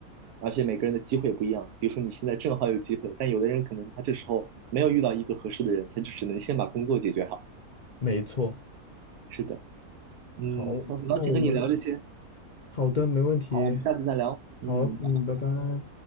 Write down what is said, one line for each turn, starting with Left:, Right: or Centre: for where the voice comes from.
Right: 而且每个人的机会不一样。比如说你现在正好有机会，但有的人可能他这时候没有遇到一个合适的人，他就只能先把工作解决好。
Left: 没错。
Right: 是的，嗯，
Left: 好，
Right: 很高兴和你聊这些，
Left: 那我们好的，没问题。
Right: 好，我们下次再聊，
Left: 好，
Right: 嗯。
Left: 嗯，拜拜。